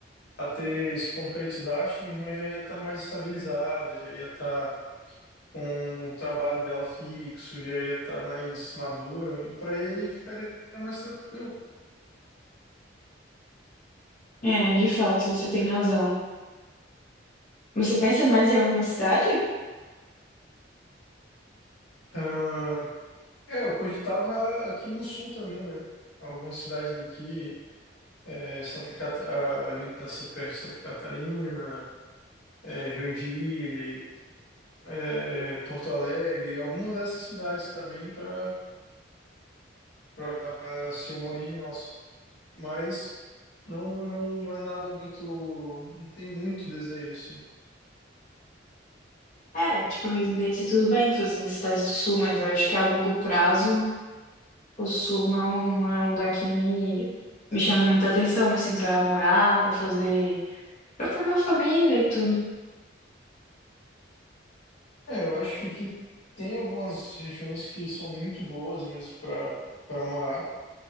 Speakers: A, on the left (about 80°); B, on the left (about 40°).
A: até se concretizar, acho que minha irmã já ia estar mais estabilizada, já ia estar com o trabalho dela fixo, já ia estar mais madura, e para ele ficaria mais tranquilo.
B: É, de fato, você tem razão. Você pensa mais em alguma cidade?
A: Ah, é, eu cogitava aqui no sul também, né? Algumas cidades daqui, é, Santa Cata, ah, ali para perto de Santa Catarina, é, Joinville, é, Porto Alegre, algumas dessas cidades também para para ser uma origem nossa. Mas não, não, não é nada muito, não tem muito desejo assim.
B: É, tipo, residência, tudo bem fazer em cidades do sul, mas eu acho que a longo prazo o sul não, não é um lugar que me, me chama muita atenção, assim, pra morar, pra fazer, pra formar família e tudo.
A: É, eu acho que tem algumas regiões que são muito boas mesmo para para morar,